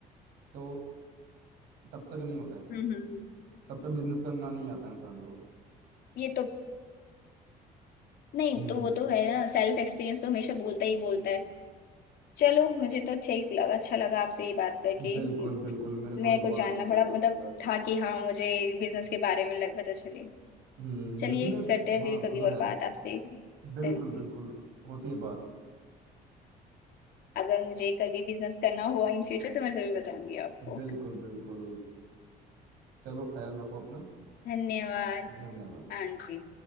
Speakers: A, on the right (about 80°); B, on the left (about 70°).
A: तो तब तक नहीं होता ऐसा
B: हम्म हम्म
A: तब तक बिजनेस करना नहीं आता इंसान को
B: ये तो नहीं
A: हम्म
B: तो वो तो है ना सेल्फ एक्सपीरियंस तो हमेशा बोलता ही बोलता है चलो मुझे तो अच्छा ही लगा अच्छा लगा आपसे ये बात करके
A: बिल्कुल बिल्कुल मेरे
B: मेरे
A: को भी
B: को
A: बहुत
B: जानना
A: अच्छा लगा
B: पड़ा मतलब
A: आपके बारे के
B: था कि हाँ मुझे बिजनेस के बारे में लग पता चले
A: हम्म
B: चलिए
A: बिजनेस
B: करते हैं
A: हाँ
B: फिर
A: वो
B: कभी
A: तो
B: और
A: है
B: बात आपसे
A: बिल्कुल
B: Then,
A: बिल्कुल होती है बात
B: अगर मुझे कभी बिजनेस करना हुआ इन फ्यूचर तो मैं जरूर बताऊंगी आपको
A: बिल्कुल बिल्कुल चलो ख्याल रखो अपना
B: धन्यवाद
A: धन्यवाद
B: हाँ जी